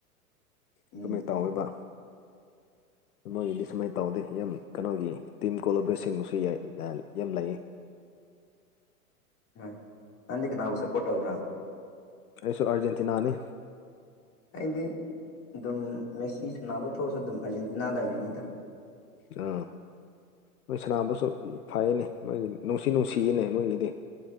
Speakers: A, on the left; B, on the left.
A: ꯑꯗꯨꯃꯥꯏꯅ
B: ꯎꯝ
A: ꯇꯧꯋꯕ ꯃꯣꯏꯒꯤꯗꯤ ꯁꯨꯃꯥꯏꯅ ꯇꯧꯗꯦ ꯌꯥꯝ ꯀꯩꯅꯣꯒꯤ ꯇꯤꯝ ꯀꯣꯂꯣꯕ꯭ꯔꯦꯁꯤꯡꯁꯨꯏ ꯌꯥꯝ ꯂꯩꯌꯦ
B: ꯍꯣꯢ ꯅꯪꯗꯤ ꯀꯅꯕꯨ ꯁꯄꯣꯔ ꯇꯧꯕ꯭ꯔ
A: ꯑꯩꯁꯨ ꯑꯔꯖꯦꯟꯇꯤꯅꯥꯅꯤ
B: ꯑꯩꯗꯤ ꯑꯗꯨꯝ ꯃꯦꯁꯤ ꯁꯥꯟꯅꯕ ꯇꯧꯛꯑꯁꯨ ꯑꯗꯨꯝ ꯑꯔꯖꯦꯟꯇꯤꯅꯥ ꯂꯩꯔꯅꯤꯗ
A: ꯑ ꯃꯣꯏ ꯁꯅꯕꯁꯨ ꯐꯩꯌꯦꯅꯦ ꯃꯣꯏꯒꯤ ꯅꯨꯡꯁꯤ ꯅꯨꯡꯁꯤꯌꯦꯅꯦ ꯃꯣꯏꯒꯤꯗꯤ